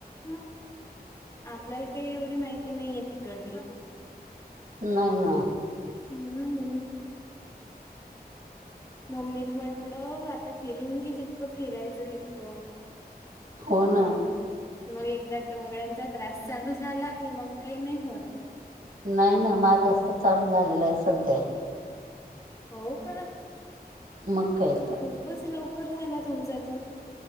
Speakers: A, on the left; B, on the right.
A: हा आपल्याला काही एवढी माहिती नाहीये तिकडली.
B: नाही ना.
A: हम्म. <unintelligible> मम्मीला म्हटलं आता फिरून घे जितकं फिरायचं तितकं.
B: हो
A: बाप
B: ना
A: रे मग, एकदा टोंगळ्यांचा त्रास चालू झाला कि मग काही नाही होत.
B: नाही ना माझं असतं चालू झालेलं आहे सध्या.
A: हो का?
B: मग काय तर
A: खूपच लवकर झाला तुमचा तो.